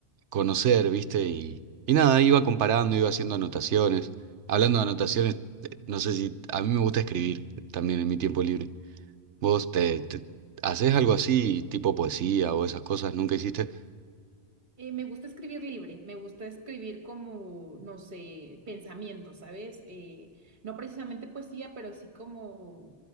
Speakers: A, on the right; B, on the right.
A: conocer, ¿viste? Y, y nada, iba comparando, iba haciendo anotaciones. Hablando de anotaciones, eh, no sé si a mí me gusta escribir también en mi tiempo libre. ¿Vos te, te- haces algo así, tipo poesía o esas cosas? ¿Nunca hiciste?
B: Eh, me gusta escribir libre, me gusta escribir como, no sé, pensamientos, ¿sabes? Eh, no precisamente poesía, pero sí como,